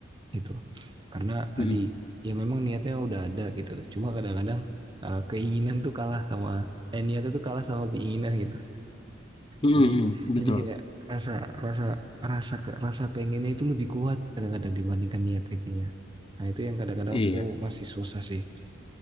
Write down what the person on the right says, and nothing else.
gitu. Karena tadi
ya memang niatnya udah ada gitu. Cuma kadang-kadang eh, keinginan tuh kalah sama eh niatnya tuh kalah sama keinginan gitu.
Jadi
jadi kayak rasa rasa rasa ke- rasa pengennya itu lebih kuat kadang-kadang dibandingkan niat itunya. Nah, itu yang kadang-kadang
aku masih susah sih.